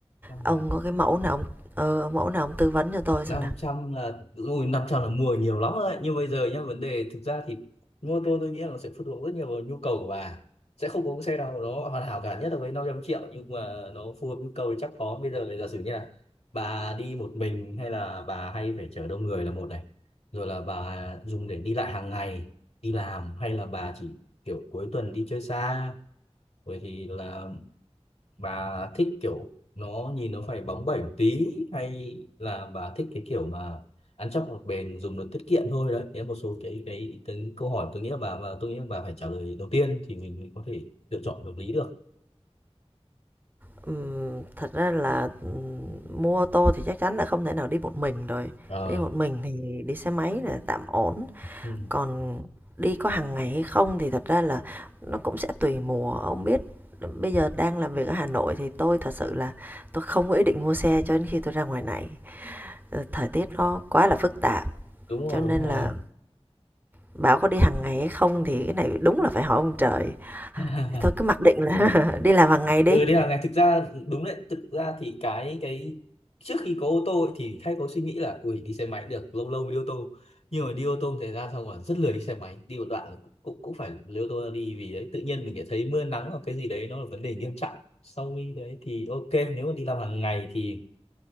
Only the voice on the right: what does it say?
Ông
có cái mẫu nào ông ờ, ông mẫu nào ông tư vấn cho tôi
xem nào.
Ừm, thật ra là ừm, mua ô tô thì chắc chắn là không thể nào đi một mình rồi.
Đi một mình thì đi xe máy là tạm ổn,
Còn đi có hàng ngày hay không thì thật ra là nó cũng sẽ tùy mùa, ông biết bây giờ đang làm việc ở Hà Nội thì tôi thật sự là tôi không có ý định mua xe cho đến khi tôi ra ngoài này. Ờ, thời tiết nó quá là phức tạp,
cho nên
là bảo có đi hàng ngày hay không thì cái này đúng là phải hỏi ông trời.
Thì thôi cứ mặc định là <laughs> đi làm hàng ngày đi.